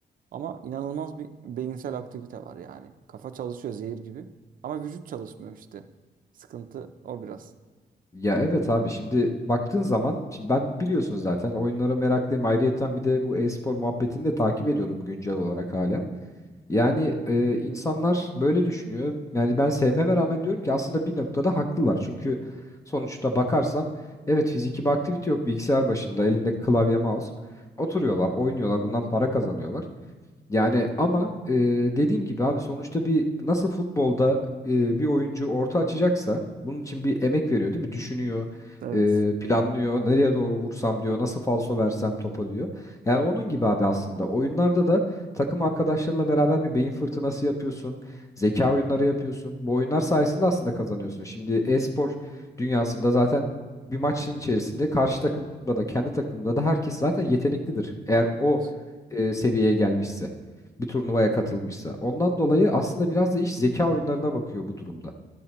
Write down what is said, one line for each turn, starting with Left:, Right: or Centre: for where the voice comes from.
Right: Ama inanılmaz bir beyinsel aktivite var yani. Kafa çalışıyor zehir gibi ama vücut çalışmıyor işte. Sıkıntı o biraz.
Left: Ya evet abi şimdi baktığın zaman şimdi ben biliyorsun zaten oyunlara meraklıyım. Ayrıyeten bir de bu e-spor muhabbetini de takip ediyorum güncel olarak hala. Yani e, insanlar böyle düşünüyor. Yani ben sevmeme rağmen diyorum ki aslında bir noktada haklılar. Çünkü sonuçta bakarsan evet fiziki bir aktivite yok bilgisayar başında elinde klavye mouse. Oturuyorlar, oynuyorlar, bundan para kazanıyorlar. Yani ama e, dediğim gibi abi sonuçta bir nasıl futbolda e, bir oyuncu orta açacaksa bunun için bir emek veriyor değil mi? Düşünüyor,
Right: Evet.
Left: e, planlıyor, nereye doğru vursam diyor, nasıl falso versem topa diyor. Yani onun gibi abi aslında oyunlarda da takım arkadaşlarınla beraber bir beyin fırtınası yapıyorsun, zeka oyunları yapıyorsun. Bu oyunlar sayesinde aslında kazanıyorsun. Şimdi e-spor dünyasında zaten bir maçın içerisinde karşı takımda da kendi takımda da herkes zaten yeteneklidir. Eğer
Right: Evet.
Left: o e, seviyeye gelmişse bir turnuvaya katılmışsa. Ondan dolayı aslında biraz da iş zeka oyunlarına bakıyor bu durumda.